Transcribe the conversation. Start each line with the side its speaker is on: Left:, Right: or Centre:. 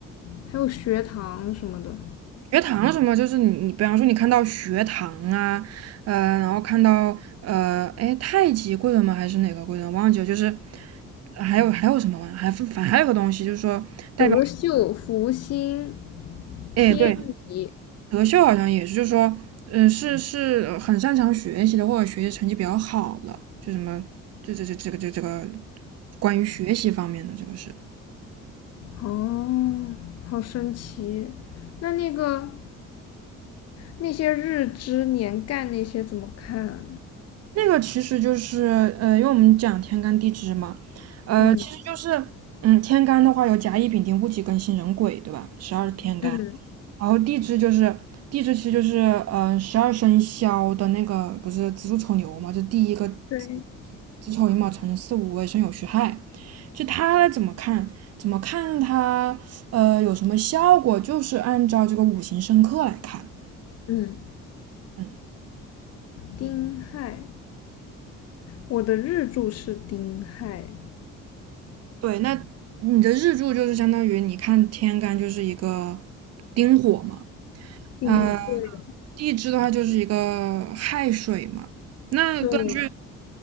Left: 还有学堂什么的，
Right: 学堂什么，就是你你，比方说你看到学堂啊，呃，然后看到呃，哎，太极贵人吗？还是哪个贵人？忘记了，就是还有还有什么玩意还反还有个东西，就是说代表，
Left: 德秀、福星、
Right: 哎，
Left: 天乙，
Right: 对，德秀好像也是，就是说，嗯、是是呃很擅长学习的，或者学习成绩比较好的，就什么，这这这这个这这个关于学习方面的这个是。
Left: 哦，好神奇。那那个那些日支年干那些怎么看啊？
Right: 那个其实就是，呃，因为我们讲天干地支嘛，
Left: 嗯
Right: 就是嗯，天干的话有甲乙丙丁戊己庚辛壬癸，对吧？十二天干，
Left: 嗯，
Right: 然后地支就是地支，其实就是嗯，十二生肖的那个不是子鼠丑牛嘛，就第一个子
Left: 对，
Right: 子丑寅卯辰巳午未申酉戌亥，就它怎么看？怎么看它？呃，有什么效果？就是按照这个五行生克来看。
Left: 嗯，
Right: 嗯，
Left: 丁亥，我的日柱是丁亥，
Right: 对，那你的日柱就是相当于你看天干就是一个丁火嘛，
Left: 丁，
Right: 呃，
Left: 对
Right: 地支的话就是一个亥水嘛。那根据
Left: 对